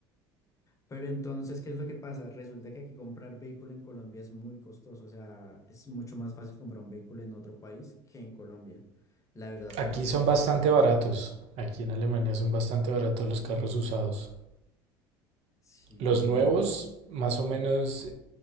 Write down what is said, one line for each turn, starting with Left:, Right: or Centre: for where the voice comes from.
Left: Pero entonces, ¿qué es lo que pasa? Resulta que aquí comprar vehículo en Colombia es muy costoso. O sea, es mucho más fácil comprar un vehículo en otro país que en Colombia. La verdad,
Right: Aquí
Left: no sé
Right: son
Left: por
Right: bastante
Left: qué.
Right: baratos. Aquí en Alemania son bastante baratos los carros usados.
Left: Sí,
Right: Los
Left: y-
Right: nuevos, más o menos